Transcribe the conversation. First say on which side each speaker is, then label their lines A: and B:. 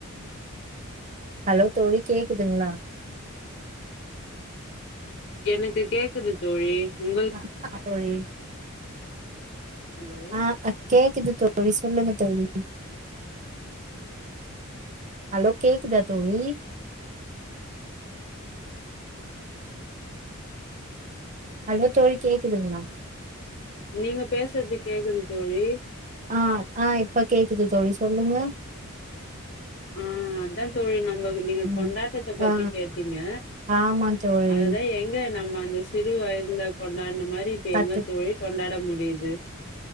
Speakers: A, on the right; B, on the left.
A: ஹலோ தோழி கேக்குதுங்ளா
B: எனக்கு கேக்குது தோழி உங்கள்
A: ஆமா தோழி
B: ஹலோ
A: ஆ அ கேக்குது தோழி சொல்லுங்க தோழி ஹலோ கேக்குதா தோழி ஹலோ தோழி கேக்குதுங்ளா
B: நீங்க பேசத்து கேக்குது தோழி
A: ஆ ஆ இப்ப கேக்குது தோழி சொல்லுங்க
B: ம் அதா தோழி நம்மக்கு நீங்க
A: ம்.
B: கொண்டாட்டத பத்தி
A: ஆ
B: கேட்டீங்க
A: ஆமா தோழி.
B: அதேதா எங்க நாங்க நம் ம அந்த சிறு வயதுல கொண்டாட்ன மாரி இப்ப
A: தட்டு
B: எங்க தோழி கொண்டாட முடியுது